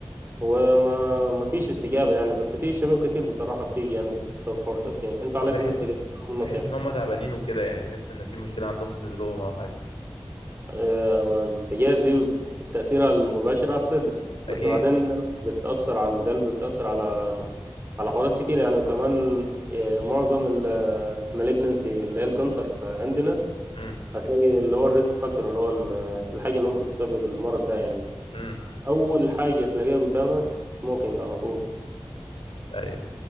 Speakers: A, on the right; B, on the left.
A: وما ما فيش استجابة يعني بس في شباب كتير بصراحة بتيجي يعني بسبب حوار التدخين أنت عليك
B: او بيحس
A: إنك تقدم
B: بيحس
A: نصيحة
B: ان هم تعبانين وكده يعني بيحس ان في مشكلة عندهم في صدرهم او حاجة
A: السجاير دي تأثيرها المباشر على الصدر بس
B: اكيد
A: بعدين بتأثر على القلب بتأثر على على حوارات كتير يعني وكمان آه، معظم ال مالجنسي اللي هي الكانسر عندنا
B: امم
A: هتلاقي اللي هو الريسك فاكتور اللي هو ال- الحاجة اللي ممكن تسبب المرض ده يعني
B: امم
A: أول حاجة تلاقيها قدامك سموكينج على طول
B: ايوه